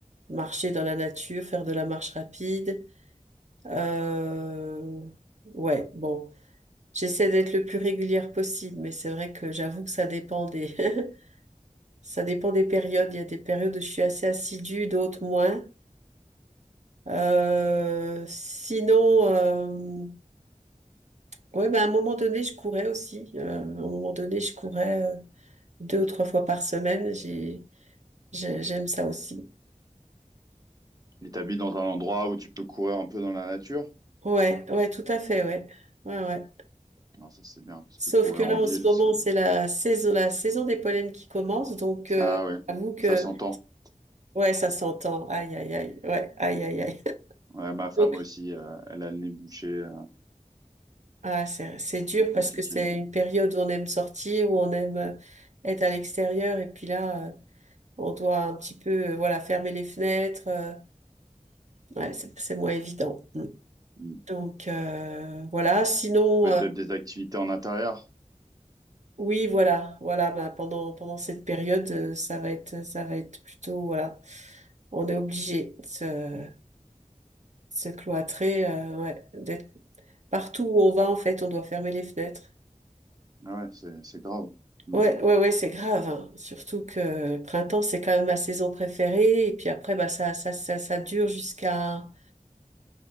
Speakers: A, on the right (about 60°); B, on the right (about 30°).
A: marcher dans la nature, faire de la marche rapide. Euh, ouais, bon. J'essaie d'être le plus régulière possible, mais c'est vrai que j'avoue que ça dépend des, <laughs> ça dépend des périodes. Il y a des périodes où je suis assez assidue, d'autres moins. Euh, sinon, euh, ouais, bah, à un moment donné, je courais aussi. Euh, à un moment donné, je courais euh, deux ou trois fois par semaine. J'ai, j'ai- j'aime ça aussi.
B: et t'habites dans un endroit où tu peux courir un peu dans la nature?
A: Ouais, ouais, tout à fait, ouais. Ouais, ouais.
B: Alors ça, c'est bien, parce
A: Sauf
B: que courir
A: que là,
B: en
A: en
B: ville,
A: ce moment,
B: c'est...
A: c'est la saison, la saison des pollens qui commence. Donc, euh,
B: Ah ouais,
A: j'avoue que,
B: ça s'entend.
A: ouais, ça s'entend. Aïe, aïe, aïe. Ouais, aïe, aïe, aïe.
B: Ouais,
A: <laughs>
B: ma femme
A: Donc,
B: aussi, euh, elle a le nez bouché, euh,
A: ah, c'est, c'est dur
B: c'est compliqué.
A: parce que c'est une période où on aime sortir, où on aime euh, être à l'extérieur. Et puis là, euh, On doit un petit peu, euh, voilà, fermer les fenêtres. euh, ouais, c'est, c'est moins évident. Mm.
B: Mm.
A: Donc euh, voilà. Sinon,
B: Peut-être
A: euh,
B: des activités en intérieur.
A: oui, voilà, voilà. Bah, pendant pendant cette période, euh, ça va être ça va être plutôt voilà. On est obligé de se, se cloîtrer, euh, ouais, d'être partout où on va en fait, on doit fermer les fenêtres.
B: Ah ouais, c'est c'est grave. Mm.
A: Ouais, ouais, ouais, c'est grave. hein. Surtout que le printemps, c'est quand même ma saison préférée. Et puis après, bah ça ça ça, ça dure jusqu'à